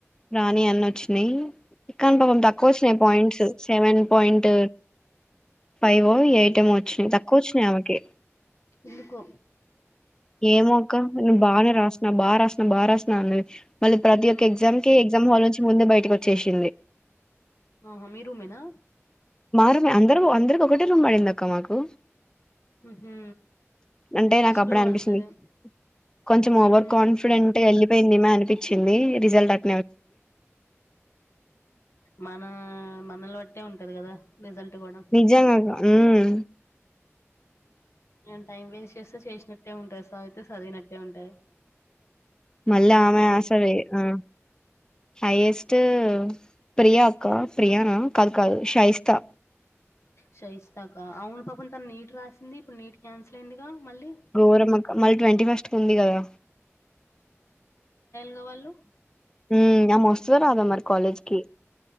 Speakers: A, on the left; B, on the left.
A: రాణి అన్న వచ్చినాయి కాని
B: హ్మ్.
A: పాపం తక్కువ వచ్చినాయి points seven point five eight ఏమో వచ్చినాయి తక్కువ వచ్చినాయి ఆమెకి
B: ఎందుకో
A: ఏమో అక్క నేను బాగా రాస్నా బా రాస్నా బా రాస్నా అన్నది. మళ్ళ ప్రతి
B: హ్మ్.
A: ఒక్క ఎగ్జామ్ కి ఎగ్జామ్ హల్ నుంచి ముందే బయటకు వచ్చేసింది.
B: ఆహా మీరుమేనా
A: మా రూమే అందరు అందరి ఒకటటి రూమ్ పడిందక్క మాకు
B: హుహు.
A: అంటే
B: ఫస్ట్‌లో
A: నాకు అప్పుడే అనిపిస్తుంది
B: పడతది.
A: కొంచెం ఓవర్
B: హ్మ్.
A: కాన్ఫిడెంట్గా వెళ్ళి అయిపోయిందేమో అనిపిచ్చింది రిజల్ట్ అక్
B: మన మనల్ని బట్టే ఉంటది కదా రిజల్ట్ గూడా.
A: నిజంగా మ్మ్
B: నేను టైం వేస్ట్ చేస్తే చేసినట్టే ఉంటాయి శదివితే శదివినట్టే ఉంటాది.
A: మళ్ళీ ఆమె ఆసవే ఆ హైయెస్టూ ప్రియా అక్క ప్రియానా కాదు కాదు షాయిస్తా
B: షైస్తాక అవును పాపను తన నీట్ రాసింది ఇప్పుడు నీట్ క్యాన్సల్ అయిందిగా మళ్ళీ
A: ఘోరమక్క మళ్ళీ ట్వంటీ ఫస్ట్ కి ఉంది కదా
B: అక్క వాళ్ళు
A: మ్మ్ ఆమె వస్తుందో రాదో మరి కాలేజ్కి